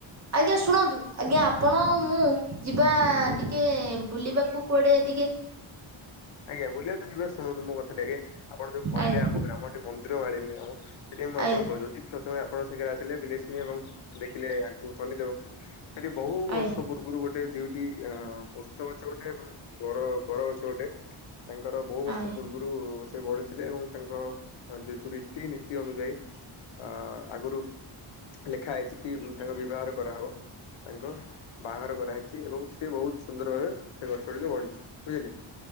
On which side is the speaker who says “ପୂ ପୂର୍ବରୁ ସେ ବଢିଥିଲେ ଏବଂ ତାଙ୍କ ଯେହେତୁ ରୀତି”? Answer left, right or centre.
Left